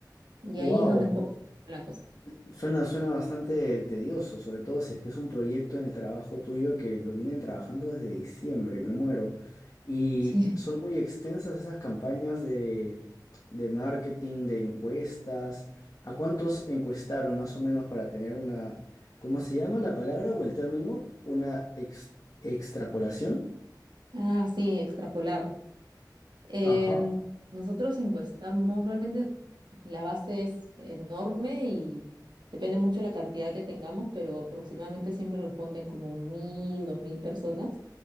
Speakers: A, on the right; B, on the left.
A: Y
B: Wow.
A: ahí es donde un poco se cambia la cosa.
B: Suena, suena bastante tedioso, sobre todo si es que es un proyecto en el trabajo tuyo que lo vienen trabajando desde diciembre, me muero. Y
A: Sí.
B: son muy extensas esas campañas de, de marketing, de encuestas. ¿A cuántos encuestaron más o menos para tener una, ¿cómo se llama la palabra o el término? Una ex- extrapolación.
A: Ah, sí, extrapolar. Em,
B: Ajá.
A: nosotros encuestamos, realmente la base es enorme y depende mucho de la cantidad que tengamos, pero aproximadamente siempre responde como mil, dos mil personas.